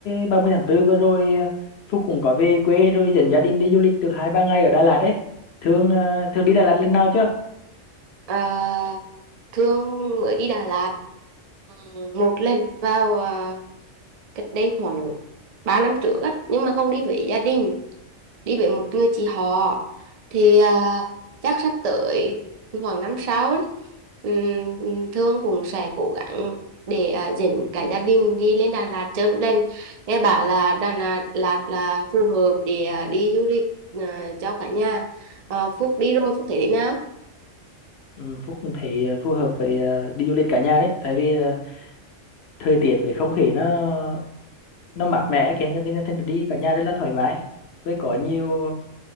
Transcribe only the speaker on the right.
À, Thương mới đi Đà Lạt ừm, một lần vào à, cách đây khoảng 3 năm trước á nhưng mà không đi với gia đình đi với một người chị họ thì à, chắc sắp tới khoảng năm sau ấy, ừm, Thương cũng sẽ cố gắng để à, dẫn cả gia đình đi lên Đà Lạt chơi một lần nghe bảo là Đà Lạt, Lạt là phù hợp để à, đi du lịch à, cho cả nhà À, Phúc đi rồi Phúc thấy thế nào